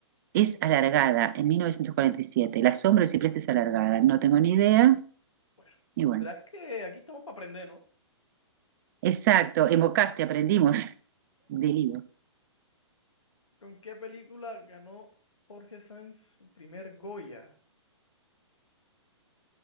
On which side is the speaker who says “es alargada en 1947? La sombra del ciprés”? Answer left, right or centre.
Right